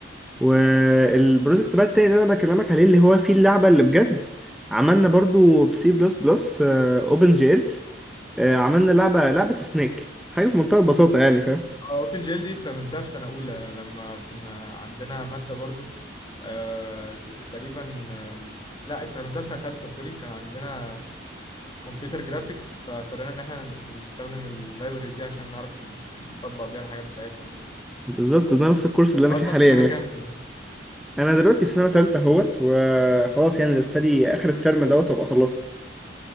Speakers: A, in the centre; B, on the left.
A: والبروجكت بقى التاني اللي انا بكلمك عليه اللي هو فيه اللعبة اللي بجد عملنا برضو بسي بلس بلس اوبن جي ال عملنا لعبة لعبة سنيك حاجة في منتهى البساطة يعني فاهم
B: اوبن جيل دي استخدمتها في سنة أولى لما كنا عندنا مادة برضو آه س- تقريبا آم، لا استخدمتها في سنة تالتة سوري كان عندنا كمبيوتر جرافيكس فاضطرينا إن احنا نستخدم اللايبرري دي عشان نعرف ن- نطبق بيها الحاجات بتاعتنا وكده
A: بالظبط ده نفس الكورس اللي انا
B: أنت
A: فيه
B: أصلا
A: حاليا
B: في سنة
A: يعني
B: كام دلوقتي؟
A: انا دلوقتي في سنة تالتة اهوت وخلاص يعني لسه لي اخر الترم دوت وابقى خلصت